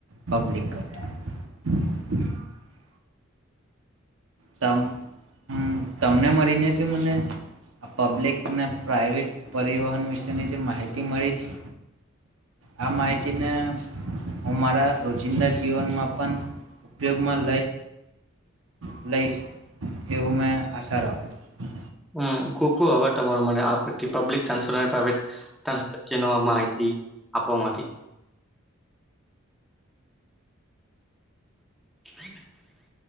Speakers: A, on the right; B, in the centre.
A: પબ્લિક કરતાં. <inaudible> તમ અમ્મ તમને મળીને જે મને આ પબ્લિક ને પ્રાઇવેટ પરિવહન વિશેની જે માહિતી મળી છે, આ માહિતીને હું મારા રોજિંદા જીવનમાં પણ ઉપયોગમાં લઈ લઈશ એવું મેં આશા રાખું છું.
B: હમ્મ. ખૂબ-ખૂબ આભાર તમારો. મને આ પથી પબ્લિક ટ્રાન્સપોર્ટ અને પ્રાઈવેટ ટ્રાન્સપોર્ટ જેનો આ માહિતી આપવા માંથી. <inaudible>